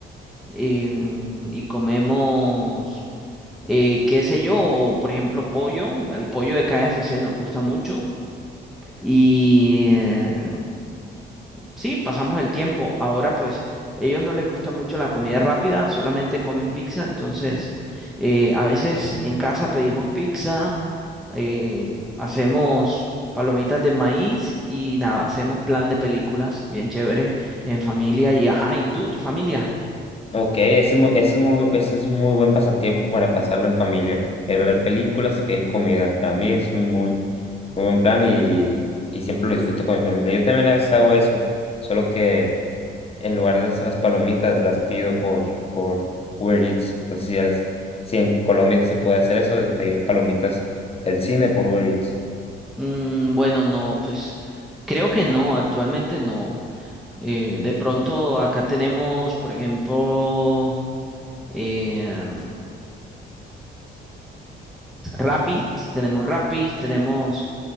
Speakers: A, in the centre; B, on the left (about 30°).
A: eh, y comemos, eh, qué sé yo, por ejemplo, pollo. El pollo de KFC nos gusta mucho. Y eh, Sí, pasamos el tiempo. Ahora pues ellos no les gusta mucho la comida rápida, solamente comen pizza, entonces eh, a veces en casa pedimos pizza, eh, hacemos palomitas de maíz y nada, hacemos plan de películas bien chévere en familia y ajá, ¿y tú, tu familia?
B: Ok, ese es muy, ese es muy, ese es un muy buen pasatiempo para pasarlo en familia. El ver películas y pedir comida. Para mí es un muy, muy buen plan y, y siempre lo disfruto con mi familia. Yo también a veces hago eso, solo que en lugar de hacer las palomitas, las pido por, por Uber Eats. No sé si, a las- si en Colombia se puede hacer eso de pedir palomitas del cine por Uber Eats.
A: Mm, bueno, no, pues creo que no, actualmente no. Eh, de pronto acá tenemos, por ejemplo, eh, Rappi, tenemos Rappi, tenemos